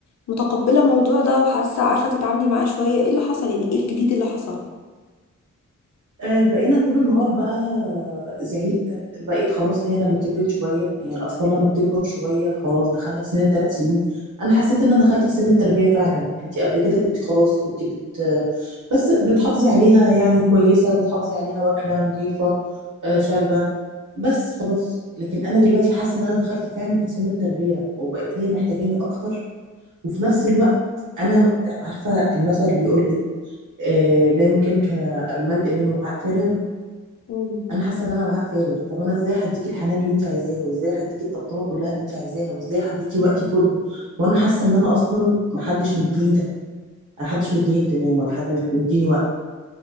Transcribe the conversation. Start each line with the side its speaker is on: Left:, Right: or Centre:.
Left: متقبله الموضوع ده وحاسه عارفه تتعاملي معاه شويه ايه اللي حصل يعني ايه الجديد اللي حصل
Right: آه، بقينا طول النهار بقى زعيق بقيت خلاص هي لما كبرت شوية يعني الأطفال لما بتكبر شوية خلاص دخلنا في سن الثلاث سنين أنا حسيت إن أنا دخلت في سن التربية فعلا أنت قبل كده كنت خلاص كنت بت بس بتحافظي عليها يعني كويسة بتحافظي عليها واكلة نظيفة آه، شاربة بس خلاص لكن أنا دلوقتي حاسة إن أنا دخلت فعلا في سن التربية وبقت هي محتاجاني أكتر وفي نفس الوقت أنا عارفة المثل اللي بيقول لك آه، لا يمكنك الملء من وعاء فارغ
Left: مم.
Right: انا حاسه ان انا وعاء فارغ طب انا ازاي هديكي الحنان اللي انت عايزاه وازاي هديكي الطبطبه كلها اللي انت عايزاها وازاي هديكي وقتي كله وانا حاسه ان انا اصلا محدش مديني ده محدش مديني اهتمام ولا حد مديني وقت